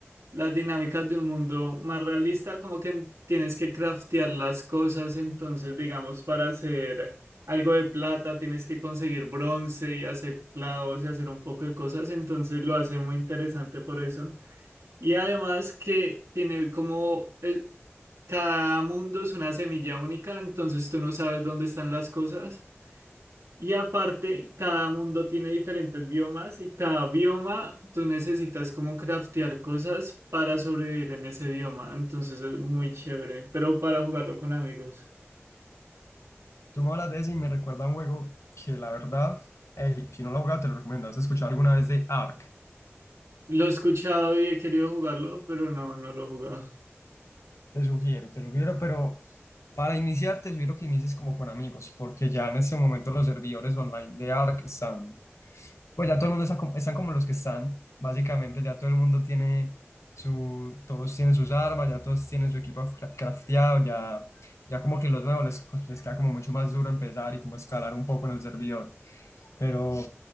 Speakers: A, on the right; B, on the left.
A: las dinámicas de un mundo más realista, como que tienes que craftear las cosas, entonces digamos para hacer algo de plata tienes que conseguir bronce y hacer clavos y hacer un poco de cosas, entonces lo hace muy interesante por eso. Y además que tiene como... eh, Cada mundo es una semilla única, entonces tú no sabes dónde están las cosas. Y aparte, cada mundo tiene diferentes biomas y cada bioma tú necesitas como craftear cosas para sobrevivir en ese bioma. Entonces es muy chévere, pero para jugarlo con amigos.
B: Tú me hablas de ese y me recuerda a un juego que la verdad, ey, si no lo has jugado, te lo recomiendo. ¿Has escuchado alguna vez de Ark?
A: Lo he escuchado y he querido jugarlo, pero no, no lo he jugado.
B: Te sugiero, te lo sugiero, pero para iniciar te sugiero que inicies como con amigos, porque ya en este momento los servidores online de Ark están, pues ya todo el mundo está como, están como los que están, básicamente ya todo el mundo tiene su, todos tienen sus armas, ya todos tienen su equipo cra- crafteado, ya ya como que los nuevos les, les queda como mucho más duro empezar y como escalar un poco en el servidor. Pero